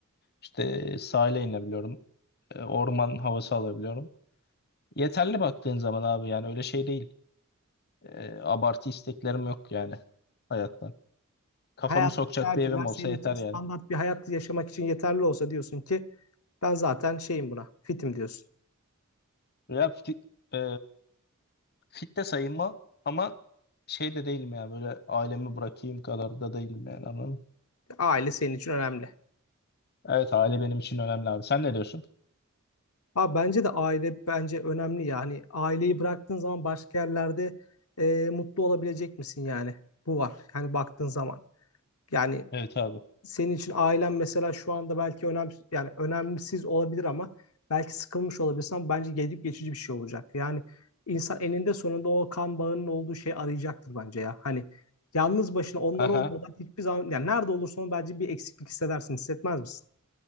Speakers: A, on the left; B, on the left.
A: İşte sahile inebiliyorum. E, Orman havası alabiliyorum. Yeterli baktığın zaman abi yani öyle şey değil. E, abartı isteklerim yok yani hayattan. Kafamı
B: Hayattaki
A: sokacak
B: tercihler
A: bir evim olsa
B: senin
A: yeter
B: için standart
A: yani.
B: bir hayat yaşamak için yeterli olsa diyorsun ki ben zaten şeyim buna, fitim diyorsun.
A: Ya fit, e, fit de sayılma ama şey de değilim ya böyle ailemi bırakayım kadar da değilim yani anladın mı?
B: Aile senin için önemli.
A: Evet aile benim için önemli abi. Sen ne diyorsun?
B: Ha bence de aile bence önemli ya hani aileyi bıraktığın zaman başka yerlerde e, mutlu olabilecek misin yani bu var yani baktığın zaman yani
A: Evet abi.
B: senin için ailen mesela şu anda belki önemli yani önemsiz olabilir ama belki sıkılmış olabilirsin ama bence gelip geçici bir şey olacak yani insan eninde sonunda o kan bağının olduğu şeyi arayacaktır bence ya hani yalnız başına onlar
A: Aha
B: olmadan hiçbir zaman yani nerede olursan ol bence bir eksiklik hissedersin hissetmez misin?